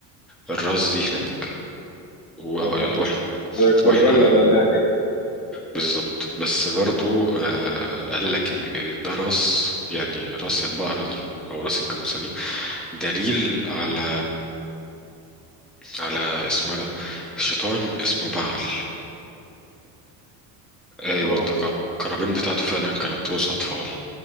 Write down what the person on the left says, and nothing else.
اه فاهم
زي القربان
للآلهة كده
اه